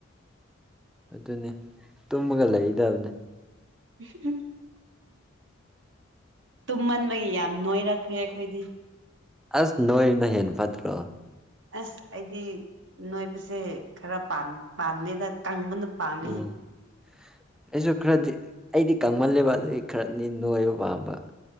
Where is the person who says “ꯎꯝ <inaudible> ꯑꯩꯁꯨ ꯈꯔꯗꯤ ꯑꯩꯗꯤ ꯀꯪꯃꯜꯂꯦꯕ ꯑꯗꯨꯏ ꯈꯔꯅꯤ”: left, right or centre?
Centre